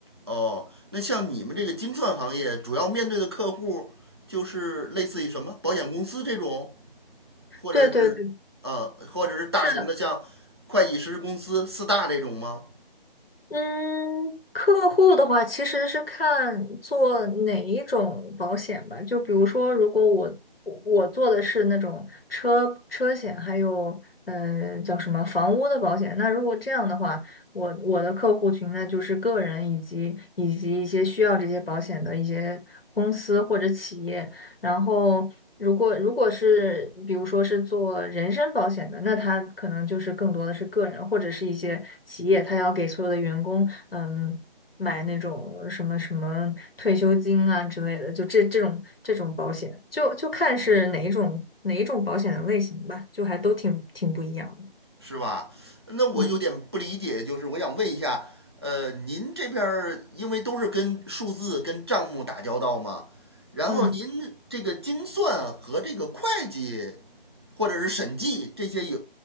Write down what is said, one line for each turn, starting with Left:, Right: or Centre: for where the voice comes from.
Right: 哦。那像你们这个精算行业，主要面对的客户就是类似于什么保险公司这种，或者是呃，
Left: 对对对，
Right: 或者是大型的像会计师公司四大这种吗？
Left: 是的，嗯，客户的话其实是看做哪一种保险吧，就比如说如果我我我做的是那种车车险，还有呃叫什么房屋的保险，那如果这样的话，我我的客户群呢就是个人以及以及一些需要这些保险的一些公司或者企业。然后，如果如果是比如说是做人身保险的，那他可能就是更多的是个人或者是一些企业，他要给所有的员工，嗯，买那种什么什么退休金啊之类的，就这这种这种保险，就就看是哪一种哪一种保险的类型吧，就还都挺挺不一样
Right: 是吧？那我有点不理解，
Left: 的。嗯
Right: 就是我想问一下，呃，您这边儿因为都是跟数字、跟账目打交道嘛，然后您这个精算和这个会计
Left: 嗯。
Right: 或者是审计这些有